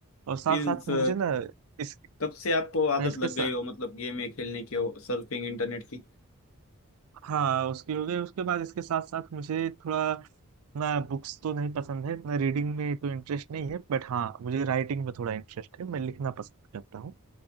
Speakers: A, on the right; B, on the left.
A: और साथ
B: मीन्स
A: साथ मुझे ना इस,
B: कब से आपको आदत
A: इसके
B: लग
A: सा-
B: गई हो मतलब गेम में खेलने की सर्फिंग इंटरनेट की
A: हाँ उसकी हो गई उसके बाद इसके साथ साथ मुझे थोड़ा ना बुक्स तो नहीं पसंद है ना रीडिंग में तो इंटरेस्ट नहीं है बट हाँ मुझे राइटिंग में थोड़ा इंटरेस्ट है मैं लिखना पसंद करता हूँ